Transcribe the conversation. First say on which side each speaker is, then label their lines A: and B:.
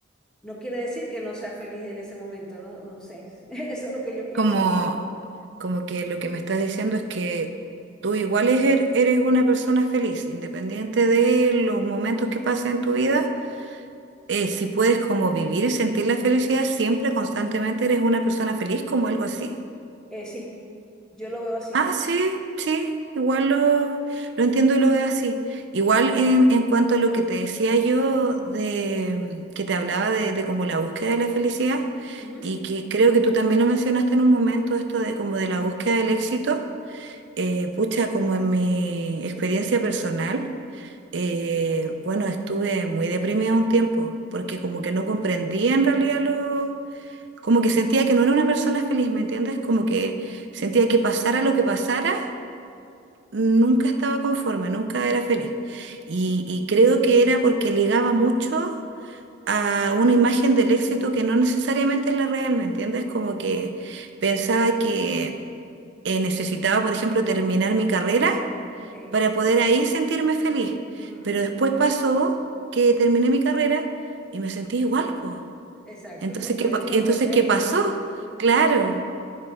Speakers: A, in the centre; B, on the right.
A: no quiere decir que no seas feliz en ese momento, no, no sé. <laughs> Eso es lo que yo pienso,
B: Como,
A: ¿no?
B: como que lo que me estás diciendo es que tú igual es er eres una persona feliz, independiente de los momentos que pasen en tu vida eh, si puedes como vivir y sentir la felicidad siempre, constantemente eres una persona feliz, como algo así.
A: Eh, sí. Yo lo veo así.
B: Ah, sí, sí, igual lo, lo entiendo y lo veo así. Igual
A: Ujú,
B: en, en cuanto a lo que te decía yo, de que te hablaba de, de como la búsqueda de la felicidad,
A: ujú,
B: y que creo que tú también lo mencionaste en un momento, esto de como de la búsqueda del éxito, eh, pucha, como en mi experiencia personal eh, bueno, estuve muy deprimida un tiempo, porque como que no comprendía en realidad lo... Como que sentía que no era una persona feliz, ¿me entiendes? Como que sentía que pasara lo que pasara, nunca estaba conforme, nunca era feliz. Y, y creo que era porque ligaba mucho a una imagen del éxito que no necesariamente es la real, ¿me entiendes? Como que pensaba que eh, necesitaba, por ejemplo, terminar mi carrera
A: Sí,
B: para poder ahí sentirme feliz.
A: ujú,
B: Pero después pasó que terminé mi carrera y me sentí igual, pues.
A: exacto,
B: Entonces,
A: porque
B: ¿qué, pa-
A: eso
B: entonces,
A: no depende,
B: ¿qué pasó?
A: claro. ujú,
B: Claro,